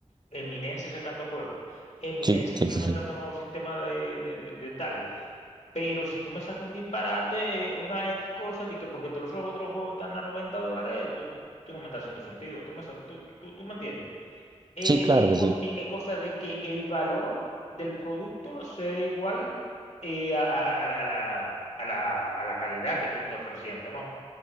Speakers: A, on the left; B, on the right.
A: Eminencia sacando juegos, Eminencia
B: Sí, sí,
A: implementando
B: sí, sí.
A: un nuevo sistema de, de- de- de tal. Pero si tú me sacas un disparate, una X cosa, de que porque todos los otros juegos están a 90 dólares, tú, tú no me estás haciendo sentido. Tú me, sa- tú, tú- tú me entiendes. Eh,
B: Sí, claro
A: Es
B: que
A: cos-
B: sí.
A: es- es cosa, de que el valor del producto sea igual eh, a, a- a la, a la- a la- a la calidad que tú estás ofreciendo, ¿no?